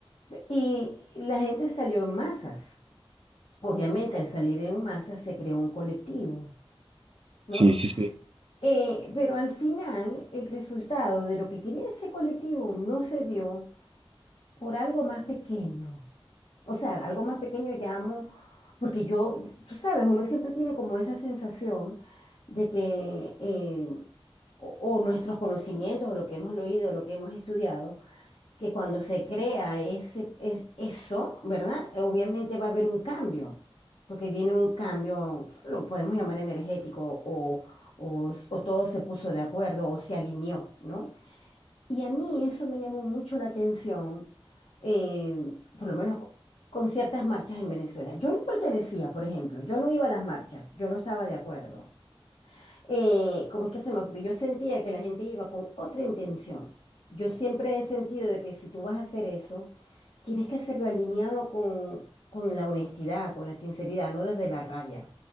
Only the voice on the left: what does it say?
Y la gente salió en masas. Obviamente, al salir en masas se creó un colectivo,
¿no?
Eh, pero al final, el resultado de lo que quería ese colectivo no se dio por algo más pequeño. O sea, algo más pequeño llamo, porque yo, tú sabes, uno siempre tiene como esa sensación de que eh, o, o nuestros conocimientos, o lo que hemos leído, o lo que hemos estudiado, que cuando se crea ese, es- eso, ¿verdad? Eh, Obviamente va a haber un cambio, porque viene un cambio, lo podemos llamar energético, o, o, o todo se puso de acuerdo, o se alineó, ¿no? Y a mí eso me llamó mucho la atención, eh, por lo menos co- con ciertas marchas en Venezuela. Yo no pertenecía, por ejemplo, yo no iba a las marchas, yo no estaba de acuerdo. Eh, ¿cómo es que se llama? Porque yo sentía que la gente iba con otra intención. Yo siempre he sentido de que si tú vas a hacer eso, tienes que hacerlo alineado con, con la honestidad, con la sinceridad, no desde la rabia,